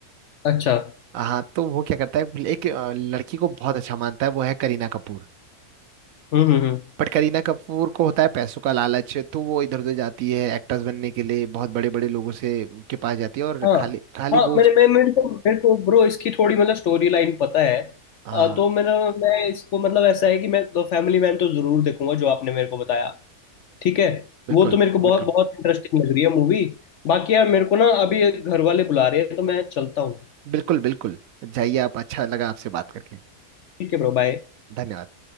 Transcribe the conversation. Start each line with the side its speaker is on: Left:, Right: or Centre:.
Left: अच्छा
Right: हाँ तो वो क्या करता है एक अ, लड़की को बहुत अच्छा मानता है वो है करीना कपूर
Left: हम्म हम्म हम्म
Right: बट करीना कपूर को होता है पैसों का लालच तो वो इधर उधर जाती है एक्टर्स बनने के लिए बहुत बड़े बड़े लोगों से के पास जाती है और
Left: हाँ
Right: खाली खाली
Left: हाँ
Right: वो उस
Left: मैंने मैं मेरे को मेरे को ब्रो इसकी थोड़ी मतलब स्टोरी लाइन पता है
Right: हाँ
Left: अ, तो मेरा मैं इसको मतलब ऐसा है कि मैं द फैमिली मैन तो जरूर देखूंगा जो आपने मेरे को बताया ठीक है
Right: बिल्कुल
Left: वो तो मेरे को बहुत
Right: बिल्कुल
Left: बहुत इंटरेस्टिंग लग रही है मूवी बाकी यार मेरे को ना अभी घर वाले बुला रहे हैं तो मैं चलता हूँ
Right: बिल्कुल बिल्कुल जाइए आप अच्छा लगा आपसे बात करके
Left: ठीक है ब्रो बाय
Right: धन्यवाद